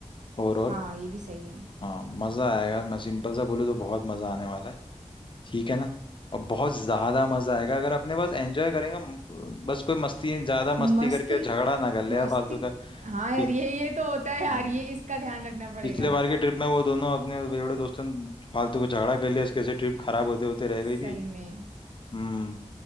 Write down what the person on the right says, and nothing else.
हाँ ये भी सही है
मस्त
मस्ती
हाँ यार
ये ये तो होता है यार
ये इसका ध्यान रखना पड़ेगा
सही
में